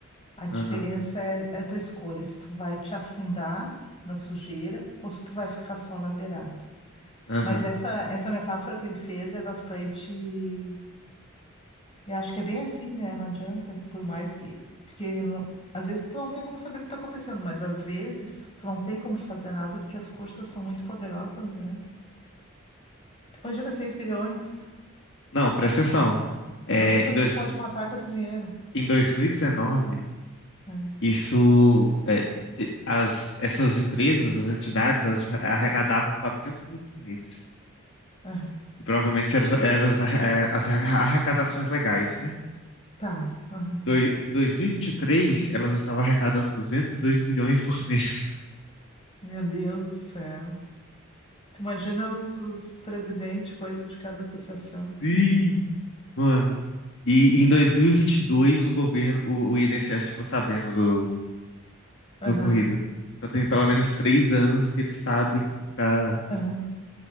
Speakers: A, on the left; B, on the left.
A: A diferença
B: Aham,
A: é, é a tua escolha, se tu vai te afundar na sujeira ou se tu vai ficar só na beirada.
B: aham.
A: Mas essa, essa metáfora que ele fez é bastante. Eu acho que é bem assim, né? Não adianta. Por mais que. Porque não- às vezes tu não tem como saber o que tá acontecendo, mas às vezes tu não tem como fazer nada porque as forças são muito poderosas, né? Tu imagina 6 bilhões.
B: Não, presta atenção. É,
A: Quantas pessoas
B: em, dois,
A: tu pode matar com esse dinheiro?
B: em 2019.
A: É.
B: Isso, é, é, as, essas empresas, as entidades, elas arrecadavam 400 mil por mês.
A: Aham.
B: E provavelmente eram, as eram as é, as arrecadações legais, né?
A: Tá. aham.
B: Doi- Em 2023 elas estavam arrecadando 202 milhões por mês.
A: Meu Deus do céu. Tu imagina os, os presidentes, coisa de cada associação.
B: <laughs> Ih, mano. E em dois mil e e vinte e dois o governo, o, o INSS ficou sabendo do,
A: Aham,
B: do ocorrido. Então tem pelo menos três anos que eles sabem que tá,
A: aham.